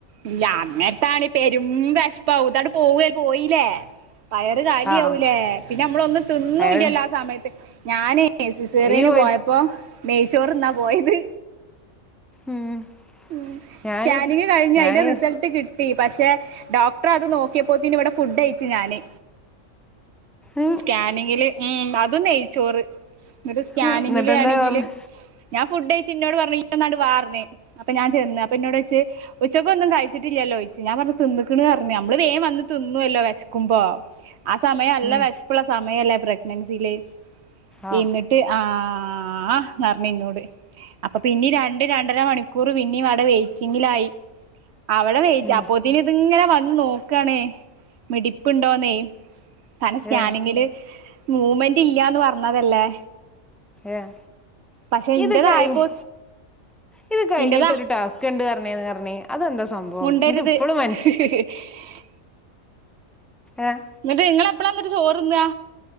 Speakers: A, on the right; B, in the centre.
A: ഇല്ലാ അന്നേര്ത്താണെ പെരും വെശ്പ്പാവും ഇതാട്ട് പോവെ പോയില്ലേ വയറ് കാലിയാവൂലേ
B: ആ
A: പിന്നെ അമ്മളൊന്നും തിന്നൂല്ലല്ലോ
B: അയാള്
A: ആ സമയത്ത് ഞാനേ ഏഹ് സിസേറിയന്
B: അയ്യോ
A: പോയപ്പോ നെയ്ച്ചോറ്ന്നാ പോയത്
B: ഉം
A: ഉം
B: ഞാന്
A: സ്കാനിങ് കഴിഞ്ഞ്
B: ഞാന്
A: അയിന്റെ റിസൾട്ട് കി ട്ടി പക്ഷേ ഡോക്ടറത് നോക്കിയപ്പോത്തിനി ഇവടെ ഫുഡയ്ച്ച് ഞാന്
B: ഉം,
A: സ്കാനിങ്ങില് ഉം അതും നെയ്ച്ചോറ് ഇന്നിട്ട് സ്കാനിങ്ങില്
B: ഉം, എന്നിട്ടെന്താ
A: ആണെങ്കില്
B: പറഞ്ഞ്
A: ഞാൻ ഫുഡഴ്ച്ച് ഇന്നോട് പറഞ്ഞു ഇയ്യൊന്നാട്ട് വാർഞ്ഞ് അപ്പം ഞാൻ ചെന്ന് അപ്പം ഇന്നോടോയ്ച്ച് ഉച്ചക്കൊന്നും കഴിച്ചിട്ടില്ലല്ലോയ്ച്ച് ഞാ പറ്ഞ്ഞു തിന്ന്ക്ക്ണർഞ്ഞ് നമ്മള് വേം വന്ന് തിന്നൊല്ലോ വെശ്ക്ക്മ്പോ ആ സമയം നല്ല
B: ഉം,
A: വെശ് പ്പ്ള്ള സമയല്ലേ പ്രഗ്നൻസില്
B: ആ
A: ഈ മെ ട് ആഹ് ന്നർഞ്ഞ് ഇന്നോട് അപ്പം പിന്നിം രണ്ട് രണ്ടര മണിക്കൂറ് പിന്നിം ആടെ വെയറ്റിങ്ങിലായി അവടെ വെയ്റ്റ്
B: ഉം,
A: അപ്പോ റ്റിന് ത് ങ്ങനെ വന്ന് നോക്കാണേ മിടിപ്പ്ണ്ടോന്നേയ് കാ സ്കാനിങ്ങില്
B: ഏ
A: മൂവ്മെന്റ് ഇല്ലാന്ന് പറഞ്ഞതല്ലേ
B: ഏഹ്
A: പക്ഷെ ഇന്റതായപ്പോ
B: ഇത് കഴിഞ്ഞ് ഇത് കഴിഞ്ഞിട്ടൊരു
A: ഇന്റതാ
B: ടാസ് ക്ക്‌ണ്ട് പറഞ് ന്നറഞ്ഞ് അതെന്താ സംഭവം
A: മുണ്ടരുത്
B: ന്ക്ക് ഇപ്പളും മനസ്സ്
A: <unintelligible>
B: ഏഹ്
A: ന്നട്ട് ഇങ്ങളെപ്പളാന്നട്ട് ചോറ്ന്നാ